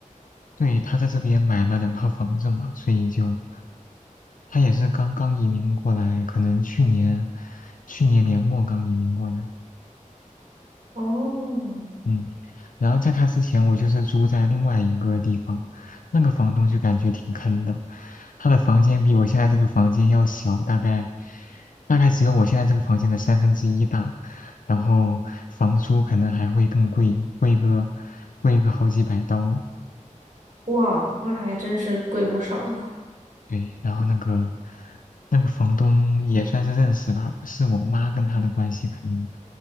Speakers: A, on the left; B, on the right.
A: 对，他在这边买了两套房子嘛，所以就。他也是刚刚移民过来，可能去年去年年末刚移民过来，
B: 哦，
A: 嗯，然后在他之前，我就是住在另外一个地方，那个房东就感觉挺坑的，他的房间比我现在这个房间要小，大概大概只有我现在这个房间的三分之一大，然后房租可能还会更贵，贵个贵个好几百刀，
B: 哇，那还真是贵不少呢。
A: 对，然后那个那个房东也算是认识吧，是我妈跟他的关系可能，